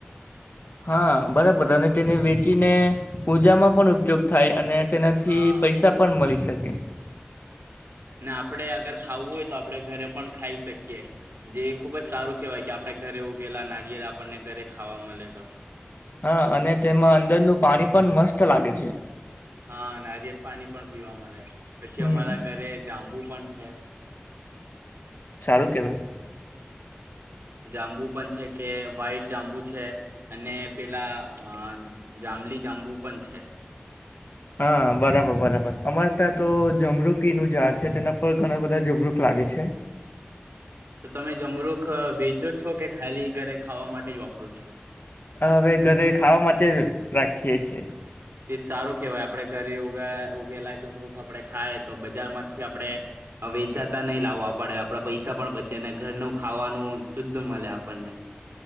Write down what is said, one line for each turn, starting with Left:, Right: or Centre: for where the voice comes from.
Left: હા બરાબર અને તેને વેચીને પૂજામાં પણ ઉપયોગ થાય અને તેનાથી
Right: હા
Left: પૈસા પણ મળી શકે. <inaudible>
Right: ને આપણેે અગર ખાવું હોય તો આપણે ઘરે પણ ખાઈ શકીએ જે ખુબ જ સારું કેહેવાય કે આપણેે ઘરે ઉગેલા નારિયેર આપણને ઘરે ખાવા મળે તો.
Left: હા અને તેમાં અંદરનું પાણી પણ મસ્ત લાગે છે.
Right: હા નારિયેલ પાણી પણ પીવા મળે પછી
Left: હમ
Right: અમારા ઘરે જાંબુ પણ છે.
Left: સારું કહેવાય.
Right: જાંબુ પણ છે કે વ્હાઈટ જાંબુ છે અને પેલા અ જાંબલી જાંબુ પણ છે.
Left: હા બરાબર બરાબર અમારે ત્યાં તો જમરૂકીનું ઝાડ છે તેના પર ઘણા બધા જમરૂક લાગે છે.
Right: તો તમે જમરૂખ વેચો છો કે ખાલી ઘરે ખાવા માટે જ વાપરો છો.
Left: હવે ઘરે ખાવા માટે રાખીએ છીએ.
Right: તે સારું કેવાય આપડે ઘરે ઉગે ઉગેલા જમરૂખ આપડે ખાય તો બજારમાં થી આપણે વેચાતા નહીં લાવવા પડે આપણા પૈસા પણ બચે ને ઘરનું ખાવાનું નું શુદ્ધ મળે આપણને